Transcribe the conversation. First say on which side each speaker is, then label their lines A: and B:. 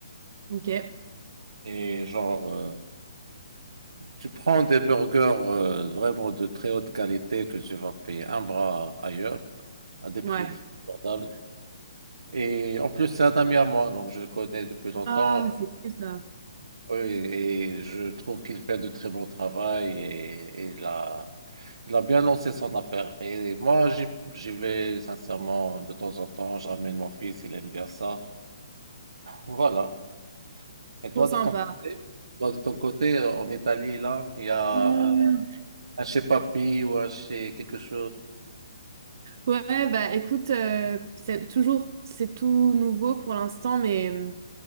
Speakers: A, on the right (about 35°); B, on the right (about 85°).
A: Ok,
B: Et genre, euh, tu prends des burgers euh, vraiment de très haute qualité que tu vas payer un bras ailleurs, à des prix
A: ouais.
B: très abordables. Et en plus, c'est un ami à moi, donc je le connais depuis longtemps.
A: Ah, c'est cool ça.
B: Oui, et je trouve qu'il fait de très bon travail et, et il a, il a bien lancé son affaire. Et moi, j'y, j'y vais sincèrement de temps en temps, je ramène mon fils, il aime bien ça. Voilà. Et toi
A: Trop sympa.
B: de ton côté, toi de ton côté, en Italie, là, il y a
A: Euh,
B: un, un chez Papi ou un chez quelque chose.
A: Ouais, bah écoute, euh, c'est toujours, c'est tout nouveau pour l'instant, mais. euh,